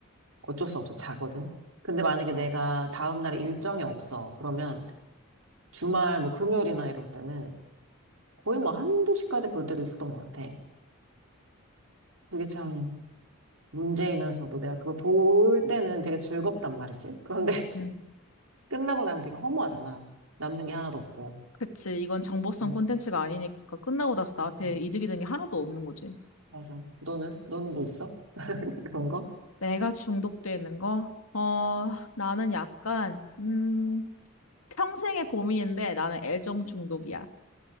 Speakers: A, on the right; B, on the left.
A: 어쩔 수 없이 자거든. 근데 만약에 내가 다음날 일정이 없어. 그러면 주말 뭐 금요일이나 이럴 때는 거의 뭐 한두 시까지 볼 때도 있었던 것 같아. 그게 참 문제이면서도 내가 그걸 볼 때는 되게 즐겁단 말이지. 그런데 <laughs>
B: 응.
A: 끝나고 나면 되게 허무하잖아. 남는 게 하나도 없고.
B: 그치. 이건 정보성
A: 음,
B: 콘텐츠가 아니니까 끝나고 나서 나한테
A: 그치.
B: 이득이 된 게 하나도 없는 거지.
A: 맞아. 너는? 너는 뭐 있어? <laughs> 그런 거?
B: 내가 중독되어 있는 거? 어, 나는 약간, 음, 평생의 고민인데 나는 애정 중독이야.